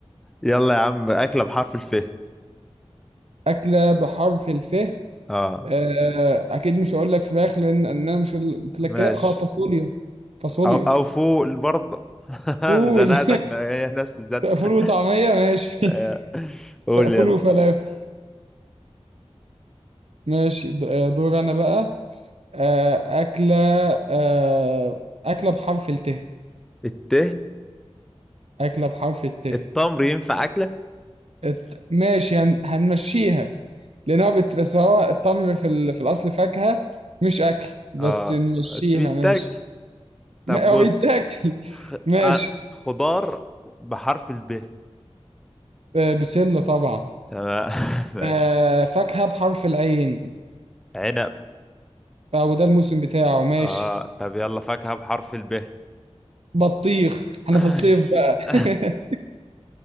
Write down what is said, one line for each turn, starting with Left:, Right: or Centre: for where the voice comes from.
Centre: يلا يا عم أكلة بحرف الف
Right: اكله بحرف الف
Centre: اه
Right: آه اكيد مش هقول لك فراخ لان إن انا مش هقول- قلت لك
Centre: ماشي
Right: كده خلاص فاصوليا فاصوليا
Centre: او او فوق برضه <laughs>
Right: فول
Centre: زنقتك
Right: <laughs>
Centre: هي نفس الزنقة
Right: فول وطعميه ماشي
Centre: آه.
Right: <laughs>
Centre: قول
Right: فول
Centre: يلا
Right: وفلافل ماشي د- آه، دور انا بقى آه، أكلة آه، أكلة بحرف الت
Centre: الت
Right: أكلة بحرف الت
Centre: التمر ينفع أكلة؟
Right: الت- ماشي هن... هنمشيها لأن هو بت... بس هو التمر في ال... في الأصل فاكهة مش أكل بس
Centre: اه
Right: نمشيها
Centre: سويتك
Right: ماشي <laughs>
Centre: طب
Right: ما- هو
Centre: بص
Right: بيتاكل
Centre: خ...
Right: <laughs> ماشي
Centre: آه، خضار بحرف الب
Right: آه، بسلة طبعا
Centre: تمام <laughs> ماشي
Right: آه، فاكهة بحرف العين
Centre: عنب
Right: آه، وده الموسم بتاعه ماشي
Centre: اه طب يلا فاكهة بحرف الب
Right: بطيخ احنا
Centre: <laughs>
Right: في الصيف بقى <laughs>